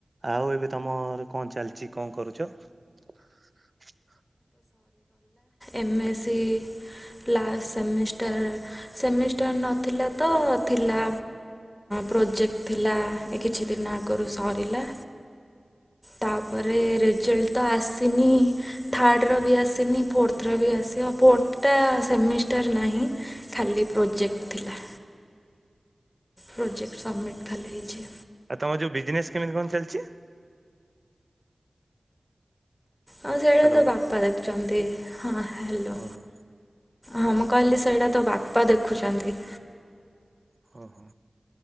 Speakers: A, on the right (about 40°); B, on the left (about 20°).
A: ଆଉ ଏବେ ତମର କଣ ଚାଲିଛି କଣ କରୁଛ? <inaudible>
B: ଏବେ ସେ ଲାଷ୍ଟ ସେମିଷ୍ଟା ସେମିଷ୍ଟାର ନଥିଲା ତ ଥିଲା ପ୍ରୋଜେକ୍ଟ ଥିଲା ଏ କିଛି ଦିନ ଆଗରୁ ସରିଲା ତାପରେ ରେଜଲଟ ତ ଆସିନି ଥାର୍ଡ଼ର ବି ଆସିନି ଫୋର୍ଥର ବି ଆସି ଆଉ ଫୋର୍ଥଟା ସେମିଷ୍ଟାର ନାହିଁ ଖାଲି ପ୍ରୋଜେକ୍ଟ ଥିଲା। ପ୍ରଜେକ୍ଟ ସମାପ୍ତ ହେଇଛି।
A: ଆଉ ତମର ଯୋଉ ବିଜନେସ୍ କେମିତି କଣ ଚାଲିଛି।
B: ହଁ ସେଇଟା
A: ହ୍ୟାଲୋ
B: ତ ବାପା ଦେଖୁଛନ୍ତି ହଁ ହ୍ୟାଲୋ
A: ଓହୋ
B: ହଁ ମୁଁ କହିଲି ସେଇଟା ତ ବାପା ଦେଖୁଛନ୍ତି।
A: ହ ହୋ।